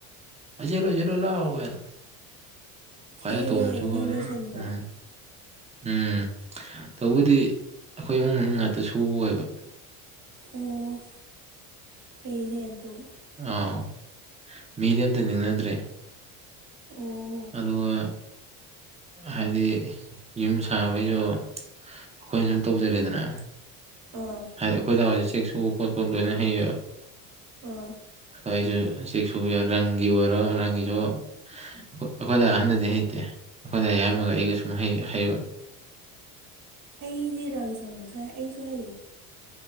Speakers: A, on the right; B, on the right.
A: ꯑꯖꯤꯂꯣꯆꯂꯣ ꯂꯑꯣꯅ ꯈꯏ
B: ꯊꯦꯡꯉꯦ
A: ꯇꯣ ꯑꯃꯁꯨ
B: ꯅꯣꯏ
A: ꯑꯣꯏ
B: ꯂꯣꯏꯁꯟꯕ
A: ꯎꯝ ꯎꯝ ꯇꯧꯕꯗꯤ ꯑꯩꯈꯣꯏ ꯏꯃꯨꯡ ꯃꯅꯨꯡ ꯉꯥꯛꯇ ꯁꯨꯕ ꯑꯣꯏꯕ
B: ꯑꯣ ꯐꯩꯅꯦ ꯗꯣ
A: ꯑꯥꯎ ꯃꯤꯗꯤ ꯑꯝꯇ ꯅꯤꯡꯅꯗ꯭ꯔꯦ
B: ꯑꯣ
A: ꯑꯗꯨꯒ ꯍꯥꯏꯗꯤ ꯌꯨꯝ ꯁꯥꯕꯩꯁꯨ ꯑꯩꯈꯣꯏꯅ ꯁꯨꯝ ꯇꯧꯖꯔꯤꯦꯗꯅ
B: ꯑꯥ
A: ꯍꯥꯏ ꯑꯩꯈꯣꯏ ꯗꯥ ꯍꯣꯢꯖꯨ ꯆꯦꯛ ꯁꯨꯕ ꯈꯣꯠꯄ ꯂꯣꯏꯅ ꯍꯩꯌꯦꯕ
B: ꯑꯥ
A: ꯑꯗꯣ ꯑꯩꯁꯨ ꯆꯦꯛ ꯁꯨꯕ ꯔꯪꯒꯤ ꯑꯣꯏꯔꯣ ꯔꯪꯒꯤꯁꯨ ꯑꯩꯈꯣꯏꯗ ꯑꯍꯟꯗꯗꯤ ꯍꯩ ꯅꯠꯇꯦ ꯑꯩꯈꯣꯏꯗ ꯑꯌꯥꯝꯕꯒ ꯑꯩꯒ ꯁꯨꯝ ꯍꯩꯕ
B: ꯑꯩꯗꯤ ꯔꯪ ꯁꯪꯕꯁꯨ ꯑꯩꯁꯨ ꯍꯩꯌꯦ